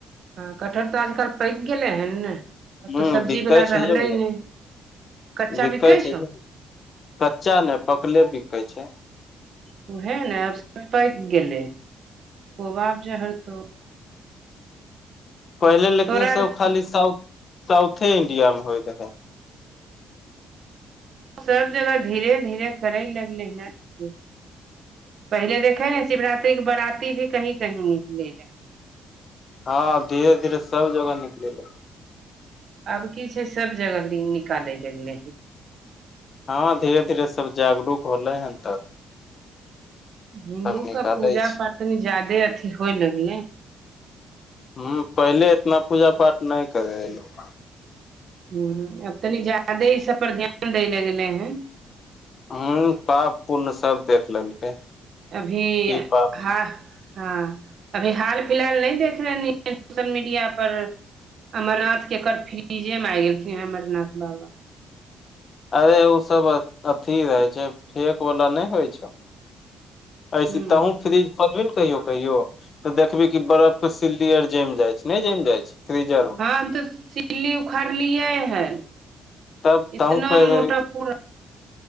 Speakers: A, on the right; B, on the left.
A: हँ कटहर तऽ आजकल पकि गेलै हन ने आब
B: ह
A: तऽ सब्जी
B: बिकै
A: वला
B: छै
A: रहलै
B: यौ
A: नहि कच्चा
B: बिकै छै
A: छौ
B: कच्चा ने पकले बिकै छै
A: उह ने अब सब पाक गेलै कोबाब <unintelligible>
B: पहिले लेकिन
A: तोरा
B: ई
A: आर
B: सब
A: हँ
B: खाली साउथ साउथे इंडिया में होइत रहे
A: सब जगह धीरे धीरे करे लगले हन पहिले देखे ने शिवरात्रि के बराती भी कहीं कहीं निकले रहे
B: हँ धीरे धीरे सब जगह निकल
A: आब की छै सब जगह निकालय लगलै हन
B: हँ धीरे धीरे सब जागरूक होलै हन तऽ
A: हिन्दू
B: निकाले
A: कऽ पूजा
B: छै
A: पाठनि ज्यादे अथी होइ लगलै
B: हू पहिले एतना पूजा पाठ नहि करै रहै लोग
A: हू आब तनी ज्यादे ई सब पर ध्यान दै लए गेले है
B: हू पाप पुण सब देख लेलकै
A: अभी
B: की पाप
A: हँ हँ अभी हाल फिलहाल नहि देख रहले सोशल मीडिया पर अमरनाथ के एकर फ्रिजे मे आ गेलखिन हे अमरनाथ बाबा
B: अरे ओ सब अथी रहै छै फेक वलाा नहि होइ छौ ऐसे
A: ह
B: तहुँ फ्रिज खोलबी नऽ कहियो कहियो तऽ देखबी की बर्फ के सिल्ली आर जमि जाय छै नहि जमि जाय छै फ्रिजर मे
A: हम तऽ सिलली उखाड़लियै है
B: तब तहूँ
A: इतना
B: कहि देबही
A: मोटा पू